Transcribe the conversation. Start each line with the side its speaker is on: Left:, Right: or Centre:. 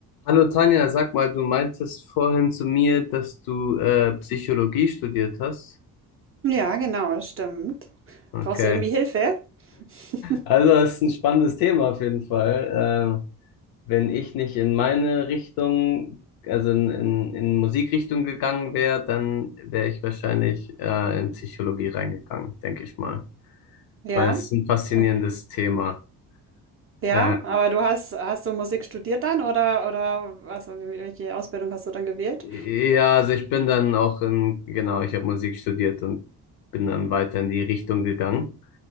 Left: Hallo Tanja, sag mal, du meintest vorhin zu mir, dass du äh, Psychologie studiert hast.
Right: Ja, genau, das stimmt.
Left: Okay.
Right: Brauchst du irgendwie Hilfe? <laughs>
Left: Also, das ist ein spannendes Thema auf jeden Fall. Äh, wenn ich nicht in meine Richtung, also in, in, in Musikrichtung gegangen wäre, dann wäre ich wahrscheinlich äh, in Psychologie reingegangen, denke ich mal.
Right: Ja.
Left: Weil es ist ein faszinierendes
Right: Äh,
Left: Thema.
Right: Ja,
Left: Äh,
Right: aber du hast, hast du Musik studiert dann oder, oder was, welche Ausbildung hast du dann gewählt?
Left: ja, also ich bin dann auch in, genau, ich habe Musik studiert und bin dann weiter in die Richtung gegangen.